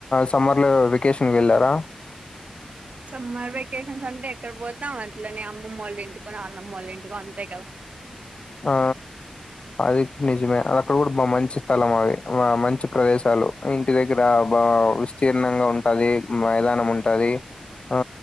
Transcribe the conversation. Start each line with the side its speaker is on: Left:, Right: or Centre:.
Left: సమ్మర్లో వెకేషన్కి వెళ్ళారా
Right: సమ్మర్ వెకేషన్స్ అంటే ఎక్కడ పోతన్నాం అట్లనేే అమ్మమ్ వాళ్ళ ఇంటికోని నాన్నమ్మళ్ళ ఇంటికోని అంతే కదా
Left: ఆ అది నిజమే అది అక్కడ కూడా బ మంచి స్థలం అది మంచి ప్రదేశాలు ఇంటి దగ్గర బా విస్తీర్ణంగా ఉంటది మైదానం ఉంటది ఆ